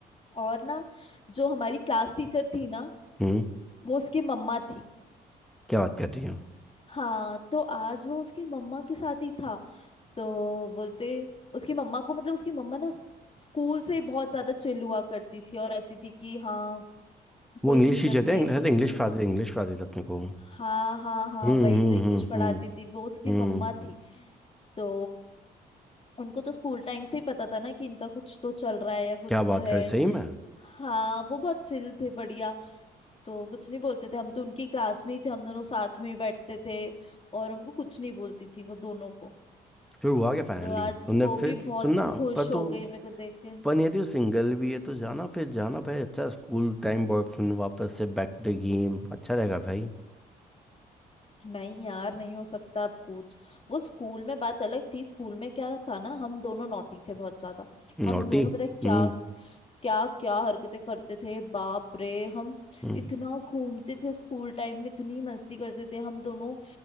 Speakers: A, on the left; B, in the centre.
A: और ना जो हमारी क्लास टीचर थी ना
B: हम्म
A: वो उसकी मम्मा थी
B: क्या बात कर रही हो
A: हाँ तो आज वो उसकी मम्मा के साथ ही था तो बोलते उसकी मम्मा को मतलब उसकी मम्मा ना स्कूल से बहुत ज्यादा चिल हुआ करती थी और ऐसी थी कि हाँ कोई
B: वो इंग्लिश
A: दिक्कत
B: टीचर
A: नहीं
B: थे
A: है कुछ
B: अरे इंग्लिश
A: नहीं
B: पढ़ाते थे इंग्लिश पढ़ाते थे अपने को
A: हाँ हाँ हाँ
B: हम्म
A: वही
B: हम्म
A: जो इंग्लिश
B: हम्म
A: पढ़ाती
B: हम्म
A: थी वो उसकी
B: हम्म,
A: मम्मा थी तो उनको तो स्कूल टाइम से ही पता था ना कि इनका कुछ तो चल रहा है या कुछ
B: क्या
A: तो
B: बात
A: है
B: कर सही में
A: हाँ वो बहुत चिल थे बढ़िया तो कुछ नहीं बोलते थे हम तो उनकी क्लास में ही थे हम दोनों साथ में ही बैठते थे और हमको कुछ नहीं बोलती थी वो दोनों को
B: फिर हुआ क्या फाइनली
A: तो आज
B: तुमने
A: वो
B: फिर
A: भी बहुत
B: सुनना
A: खुश
B: पर
A: हो
B: तू
A: गई मेरे को देख के
B: पर यदि वो सिंगल भी है तो जाना फिर जाना भाई अच्छा स्कूल टाइम बॉयफ्रेंड वापस से बैक टू गेम अच्छा रहेगा भाई
A: नहीं यार नहीं हो सकता अब कुछ वो स्कूल में बात अलग थी स्कूल में क्या था ना हम दोनों नॉटी थे बहुत ज्यादा हम
B: नोटी
A: दोनों पता है क्या
B: हम्म
A: क्या क्या हरकतें करते थे बाप रे हम
B: हम्म
A: इतना घूमते थे स्कूल टाइम में इतनी मस्ती करते थे हम दोनों